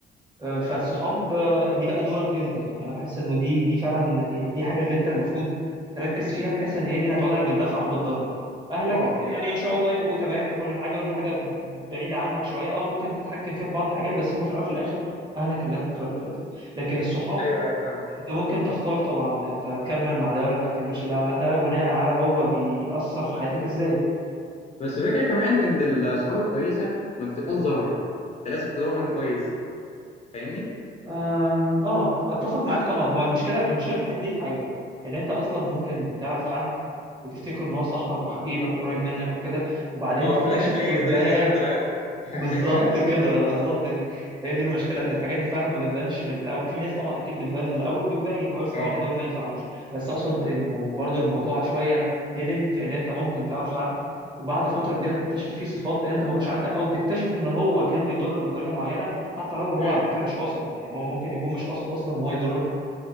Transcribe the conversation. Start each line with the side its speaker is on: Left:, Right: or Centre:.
Right: آه، فالصحاب آه، دي بقى دورك انت يعني انا بحس انه دي دي فعلا يعني دي حاجه اللي انت المفروض تركز فيها بحيث ان هي دي اللي هتقعد عليك بالنفع او بالضرر اهلك
Left: اه
Right: آه، يعني ان شاء الله يبقوا تمام وكل حاجه ودي حاجه بعيده عنك شويه اه ممكن تتحكم فيها في بعض الحاجات بس هم في الاول وفي الاخر اهلك اللي انت اتولدت لقيتهم لكن الصحاب
Left: ايوه ايوه فاهمك
Right: انت ممكن تختار طبعا انت هتكمل مع ده ولا ما تكملش مع ده ده بناء على هو بيأثر في حياتك ازاي
Left: بس الفكره كمان ان الصحاب الكويسه ما بتبقاش
Right: آه.
Left: ظاهره انت لازم تدور عليهم كويس فاهمني
Right: آم، اه اتفق معاك طبعا هو المشكله المشكله في الحته دي في حاجه ان انت اصلا ممكن تعرف حد وتفتكره ان هو صاحبك وحبيبك وقريب منك وكده وبعدين
Left: اه
Right: تكتشف
Left: في الاخر تلاقي
Right: قدام
Left: تلاقي خازوق طلع لك <laughs> حاجه
Right: بالظبط كده
Left: بتاع-
Right: بالظبط هي هي دي المشكله ان الحاجات دي فعلا ما بتبانش من الاول في ناس طبعا اكيد بتبان من الاول وبيبين كويس
Left: اه
Right: قوي ان دول ما ينفعوش بس اقصد انه برضو الموضوع شويه هيدن في ان انت ممكن تعرف حد وبعد فتره كبيره تكتشف فيه صفات انت ما كنتش عارفها او تكتشف ان هو كان بيضرك بطريقه معينه حتى لو هو
Left: امم
Right: على فكره مش قاصد يعني هو ممكن يكون مش قاصد اصلا ان هو يضرك